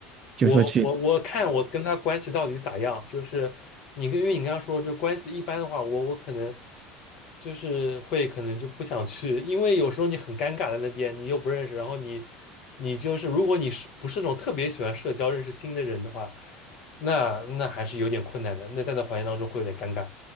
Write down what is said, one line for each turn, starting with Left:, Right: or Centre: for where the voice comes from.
Left: 我我我看我跟他关系到底咋样？
Right: 就是说去
Left: 就是你跟因为你刚刚说这关系一般的话，我我可能。就是会可能就不想去，因为有时候你很尴尬在那边，你又不认识，然后你你就是如果你是不是那种特别喜欢社交、认识新的人的话，那那还是有点困难的，那在那环境当中会有点尴尬。